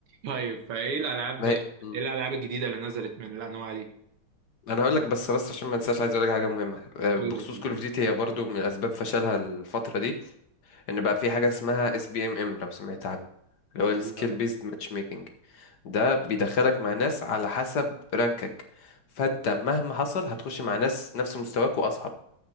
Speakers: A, on the right; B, on the left.
A: طيب فايه الالعاب
B: ما
A: ايه
B: هي... م.
A: الالعاب الجديده اللي نزلت من الانواع دي
B: انا هقول لك بس بس عشان ما انساش عايز اقول لك حاجه مهمه آه،
A: قول
B: بخصوص
A: لي
B: كول اوف ديوتي هي برضو من اسباب فشلها الفتره دي ان بقى في حاجه اسمها اس بي ام ام لو سمعت عنه اللي هو السكيل
A: لا
B: بيزد ماتش ميكنج ده بيدخلك مع ناس على حسب رانكك فانت مهما حصل هتخش مع ناس نفس مستواك واصعب